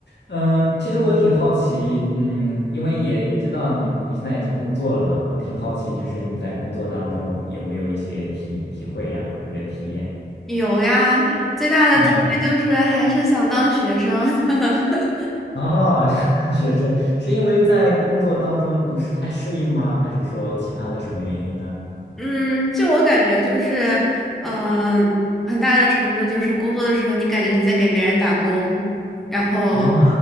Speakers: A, on the left; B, in the centre.
A: 嗯，其实我挺好奇，嗯，因为也也知道你你现在已经工作了嘛，我挺好奇，就是你在工作当中有没有一些体体会呀，或者体验？
B: 有呀，最大的体会就是还是想当学生。
A: 嗯，
B: <laughs>
A: 哦，<laughs> 学生是因为在工作当中不是太适应吗？还是说其他的什么原因呢？
B: 嗯，就我感觉就是，嗯、很大的程度就是工作的时候，你感觉你在给别人打工，然后，
A: 哦，